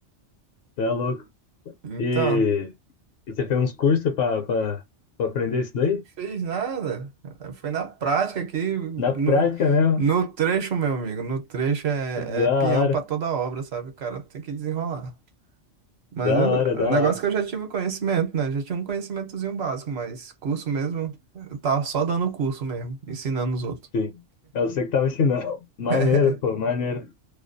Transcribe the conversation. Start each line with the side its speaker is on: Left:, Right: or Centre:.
Left: cê é louco.
Right: Então,
Left: E, e você fez uns cursos pra, pra, pra aprender isso daí?
Right: Fez nada. Foi na prática aqui.
Left: Na prática
Right: No,
Left: mesmo.
Right: no trecho, meu amigo. No trecho é,
Left: Da
Right: é peão
Left: hora,
Right: pra toda obra, sabe? O cara tem que desenrolar. Mas
Left: da
Right: eu-
Left: hora, da
Right: o negócio
Left: hora.
Right: é que eu já tive conhecimento, né? Já tinha um conhecimentozinho básico, mas curso mesmo, eu tava só dando curso mesmo, ensinando os outros.
Left: Sim. É você que tava ensinando. <laughs> Maneiro,
Right: <laughs>
Left: pô, maneiro.